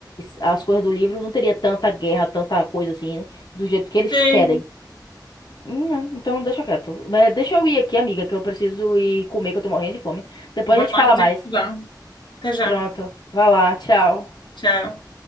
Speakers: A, on the left; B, on the left.
A: as coisas do livro, não teria tanta guerra, tanta coisa assim, né? Do jeito que eles
B: Tem.
A: querem. Hum, não, Então deixa quieto. Mas Deixa eu ir aqui, amiga, que eu preciso ir comer, que eu tô morrendo de fome. Depois
B: Vai
A: a gente
B: lá
A: fala
B: que eu tenho
A: mais.
B: que estudar. Até já.
A: Pronto. Vai lá, tchau.
B: Tchau.